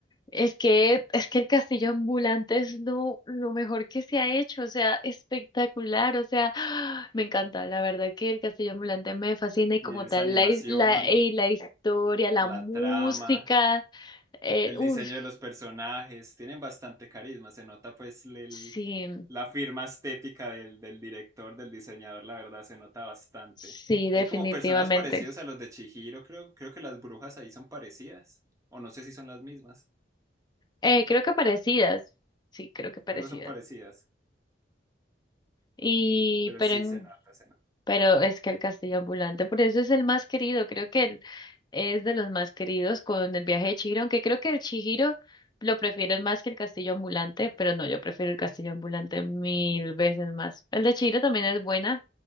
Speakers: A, on the left (about 25°); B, on the right (about 20°).
A: es que, es que el castillo ambulante es lo, lo mejor que se ha hecho, o sea, espectacular, o sea, <gasps> me encanta, la verdad que el castillo ambulante me fascina y
B: Y
A: como
B: esa
A: tal,
B: animación,
A: la, his- la, y la historia, la música,
B: la trama.
A: eh,
B: El
A: uff,
B: diseño de los personajes, tienen bastante carisma, se nota pues el-
A: sí.
B: la firma estética del, del director, del diseñador, la verdad, se nota bastante.
A: Sí, definitivamente.
B: Hay como personajes parecidos a los de Chihiro, creo, creo que las brujas ahí son parecidas, o no sé si son las mismas,
A: Eh, creo que parecidas. Sí, creo que parecidas.
B: solo son parecidas,
A: Y,
B: pero
A: pero
B: sí
A: en,
B: se nota, se nota.
A: pero es que el castillo ambulante, por eso es el más querido. Creo que el- es de los más queridos con el viaje de Chihiro, aunque creo que el Chihiro lo prefieren más que el castillo ambulante, pero no, yo prefiero el castillo ambulante mil veces más. El de Chihiro también es buena,